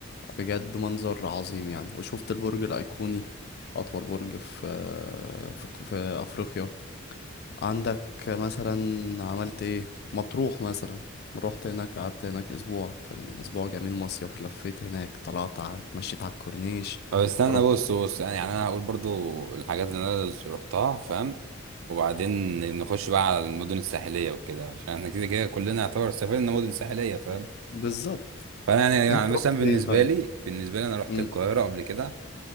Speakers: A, on the left; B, on the right.
A: بجد منظر عظيم يعني وشفت البرج الأيقوني أطول برج في آه، في في أفريقيا عندك مثلا عملت ايه مطروح مثلا روحت هناك قعدت هناك اسبوع كان اسبوع جميل مصيف لفيت هناك طلعت ع- اتمشيت على الكورنيش
B: طب استنى
A: رحت
B: بص بص يعني يعني انا هقول برضو الحاجات اللي انا رحتها فاهم وبعدين نخش بقى على المدن الساحليه وكده عشان احنا كده كده كلنا يعتبر سافرنا مدن ساحليه فاهم
A: بالظبط
B: فانا يعني
A: انت
B: يعني
A: رحت
B: مثلا بالنسبه
A: فين طيب
B: لي بالنسبه لي انا رحت
A: امم
B: القاهره قبل كده